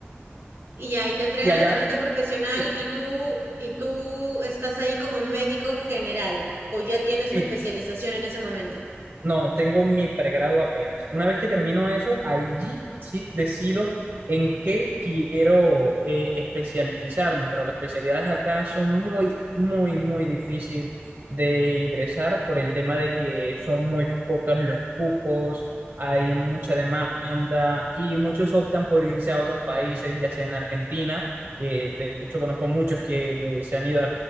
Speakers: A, on the right; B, on the right.
A: Y ya, ahí te entregan
B: Y allá,
A: la tarjeta profesional
B: sí,
A: y tú, y tú estás ahí como médico general o ya tienes
B: sí,
A: tu especialización en ese momento.
B: no, tengo mi pregrado apenas. Una vez que termino eso, allí sí decido en qué quiero eh, especializarme, pero las especialidades acá son muy, muy, muy difíciles de ingresar por el tema de que son muy pocos los cupos, hay mucha demanda y muchos optan por irse a otros países, ya sea en Argentina, que de hecho conozco muchos que le- se han ido a